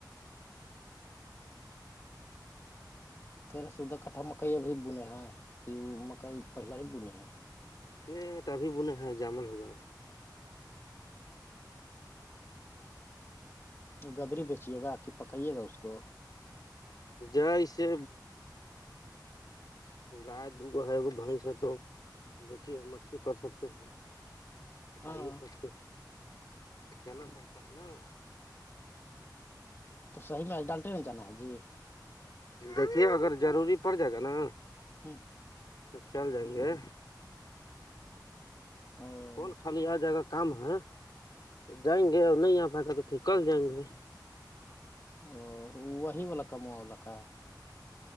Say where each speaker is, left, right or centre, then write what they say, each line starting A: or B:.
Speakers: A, on the left; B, on the left.
A: تیرا سودہ کٹھا مکئی ابھی بنے ہیں کہ وہ مکئی پہلے ہی بنے ہیں
B: یہ ابھی بولے ہیں جامع ہوگا
A: گدری بیچیے گا کہ پکائیے گا اس کو
B: اسے گائے دوگو ہے کو بیس ہے تو دیکھیے ہم اھیوں کر سکتے ہیں پکائی
A: ہاں
B: سکتے جانا پڑتا ہے نا
A: تو صحی میں ڈال ٹرین جانا ہے جی
B: دیکھیے اگر ضروری پڑ جائے گا نا
A: ہوں
B: چل جائیں گے
A: او
B: فون خالی آ جائے گا کام ہے جائیں گے اور نہیں آ پائے گا تو پھر کل جائیں گے
A: وہ وہی واللا کام واللا کاا